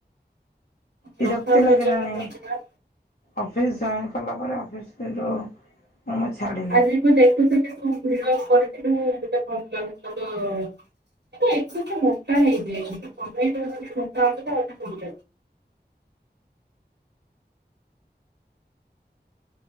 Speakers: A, on the left; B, on the right.
A: ବିରକ୍ତି
B: ରଥଯାତ୍ରା
A: ଲାଗିଲାଣି
B: ଚାଲୁଚନ୍ତି ପା।
A: ଅଫିସ୍ ଜଏନ କଲା ପରେ ଅଫିସ ଯୋଉ। ତମେ ଛାଡ଼ିି।
B: ଆଜିଠୁ ଦେଖୁଥିଲି ତୁ ଭିଡ କରିଥିଲୁ ମତେ ଭଲ ଲାଗୁଥିଲା ତ ତୁ ଏକ୍ସେସ୍ ମୋଟା ହେଇଯାଇଚୁ।